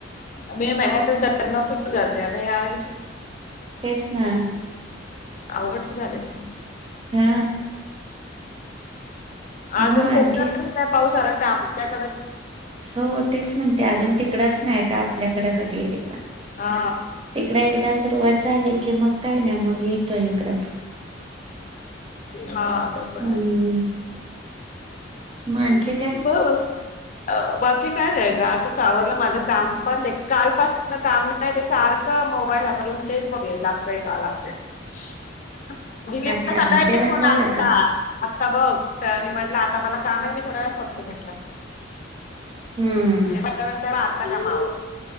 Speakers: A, on the left (about 40°); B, on the right (about 30°).
A: मे महिन्यातच धरण फुल्ल झालते. आता यावेेळेस
B: तेच ना..
A: अवघड झालंच सगळं.
B: हा मग
A: अजून कोकणातच
B: आणखी
A: नाही पाऊस आला तर आपल्यात
B: हो तेच म्हणते अजून तिकडच नाही. तर आपल्याकडे कधी यायचा.
A: हा
B: तिकड एकदा सुरू सुरुवात झाली की मग काय नाही मग येतोय इकडं पण
A: हा जवळ
B: हम्म.
A: आहे.
B: मग आणखी काय?
A: बरोबर अ बाकी काय नाही ग.... आता आवरलं माझं काम पण कालपासन ते काम नाही. ते सारखं आता मोबाईल हातात घेऊन तेच बघत होते. लागतय का? लागतय का? दीदींचा
B: अच्छा
A: सकाळीच
B: जेवण
A: फोन
B: झालं
A: आलता.
B: का
A: तर बघ.. तर मी म्हटलं आता मला काम आहे. मी थोड्या वेळाने बघते म्हटलं.
B: हम्म
A: आत्ता काम आवरली.